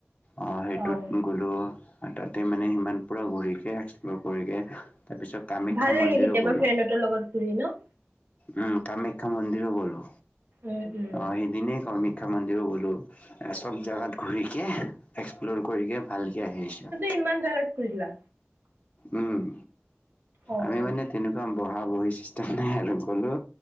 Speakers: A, on the left (about 30°); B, on the right (about 55°).
A: অ সেইটোত
B: অঁ
A: গ'লোঁ তাতে মানে সিমান পূৰা ঘূৰিকৈ এক্সপ্ল'ৰ কৰিকে তাৰপিছত কামাখ্যা
B: ভাল লাগে
A: মন্দিৰো
B: কেতিয়াবা
A: গ'লো।
B: ফ্ৰেণ্ডহেতৰ লগত ঘুৰি ন
A: উম কামাখ্যা মন্দিৰো গ'লো,
B: অঁ
A: অ সেইদিনেই কামাখ্যা মন্দিৰো গ'লো। চব জাগাত ঘুৰিকে এক্সপ্লৰ কৰিকে ভালকে আহিছো।
B: কিমান জাগাত ফুৰিলা?
A: উম
B: অঁ
A: আমি মানে তেনেকুৱা বহা বহি চিষ্টেম নাই আৰু গলো